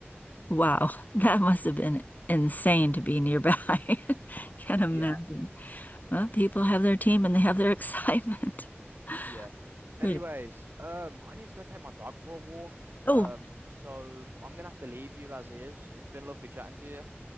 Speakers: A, on the left; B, on the right.
A: Wow. <laughs> That must have been insane to be nearby. <laughs> Can't imagine.
B: Yeah.
A: Well, people have their team and they have their excitement. <laughs>
B: Yeah. Anyways,
A: Really.
B: um, I need to go take my dog for a walk.
A: Oh,
B: Um, so I'm gonna have to leave you as is. It's been lovely chatting to you.